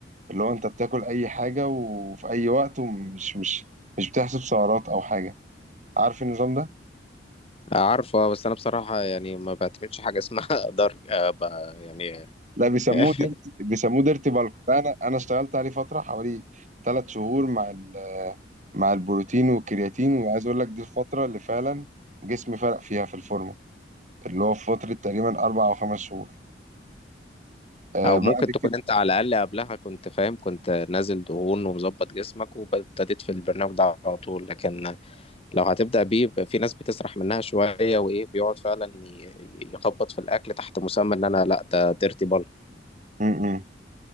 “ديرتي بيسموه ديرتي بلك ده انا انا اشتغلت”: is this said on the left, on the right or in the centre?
Right